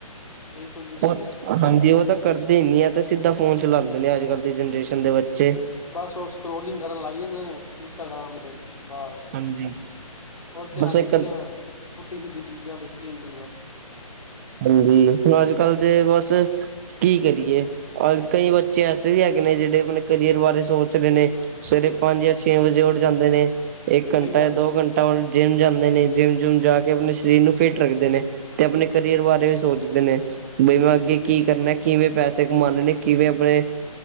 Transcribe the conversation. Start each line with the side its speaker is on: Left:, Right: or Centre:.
Left: ਬਿਲਕੁਲ ਜੀ ਬਿਲਕੁਲ-
Right: ਉਹ ਹਾਂਜੀ, ਉਹ ਤਾਂ ਕਰਦੇ ਹੀ ਨੀ ਹੈ। ਤੇ ਸਿੱਧਾ ਫੋਨ ਚਲਾਉਦੇ ਨੇ ਅਜ- ਕਲ ਦੀ ਜਨਰੇਸ਼ਨ ਦੇ ਬੱਚੇ-
Left: ਬਸ ਉਹ ਸਕੋਲਿੰਗ ਕਰਨ ਲੱਗ ਜਾਦੇ ਨੇ, ਇੰਸਟਾਗ੍ਰਾਮ ਤੇ- ਬਸ,
Right: ਹਾਂਜੀ
Left: ਉਦੇ ਤੇ
Right: ਬਸ
Left: ਆਦੀਆ,
Right: ਇੱਕ
Left: ਪੁਠੀ ਸੀਧੀ ਚੀਜਾ ਵੇਖੀ ਜਾਦੇ ਦੇ ਬਸ-
Right: ਹਾਂਜੀ, ਹੁਣ ਅੱਜ ਕੱਲ ਦੇ ਬਸ- ਕੀ ਕਰੀਏ, ਕਈ ਬੱਚੇ ਐਸੇ ਵੀ ਹੈਗੇ ਨੇ ਜਿਹੜੇ ਆਪਣੇ ਕਰੀਅਰ ਬਾਰੇ ਸੋਚ ਰਹੇ ਨੇ- ਸਵੇਰੇ ਪੰਜ ਜਾਂ ਛੇ ਵਜੇ ਉਠ ਜਾਦੇ ਨੇ, ਇਕ
Left: ਸਹੀ
Right: ਘੰਟਾ
Left: ਗੱਲ
Right: ਜਾਂ ਦੋ
Left: ਹੈ ਜੀ
Right: ਘੰਟੇ- ਜਿੰਮ ਜਾਂਦੇ ਨੇ, ਜਿੰਮ- ਜੁੰਮ ਜਾ ਕੇ ਆਪਣੇ ਸਰੀਰ ਨੂੰ ਫਿਟ ਰੱਖਦੇ ਨੇ, ਤੇ ਆਪਣੇ- ਕਰੀਅਰ ਬਾਰੇ ਵੀ ਸੋਚਦੇ ਨੇ, ਬਈ ਮੈ
Left: ਬਿਲਕੁਲ
Right: ਅੱਗੇ
Left: ਜੀ
Right: ਕੀ
Left: ਬਿਲਕੁਲ
Right: ਕਰਨਾ- ਕਿਵੇ ਪੈਸੇ ਕਮਾਉਣੇ ਨੇ, ਕਿਵੇ ਆਪਣੇ,